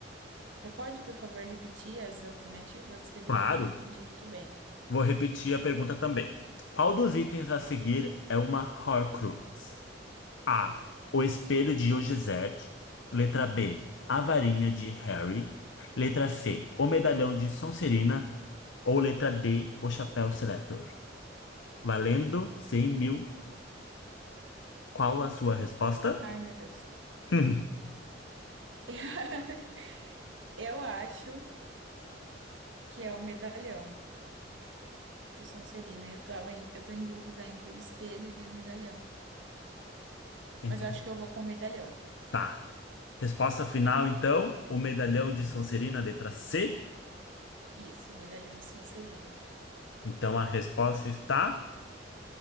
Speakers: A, on the right; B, on the left.
A: Você pode, por favor, repetir as alternativas? Teve
B: Claro.
A: uma que eu não entendi muito bem.
B: Vou repetir a pergunta também. Qual dos itens a seguir é uma Horcrux? A. O espelho de Ogizete. Letra B. A varinha de Harry. Letra C. O medalhão de Sonserina. Ou letra D. O chapéu seletor. Valendo 100 mil. Qual a sua resposta?
A: Ai, meu Deus.
B: <laughs>
A: <laughs> Eu acho que é o medalhão de Sonserina. Eu tava em, eu tô em dúvida entre o espelho e o medalhão.
B: Entre-
A: Mas eu acho que eu vou com o medalhão.
B: Tá. Resposta final, então. O medalhão de Sonserina, letra C.
A: Isso, medalhão de Sonserina.
B: Então a resposta está.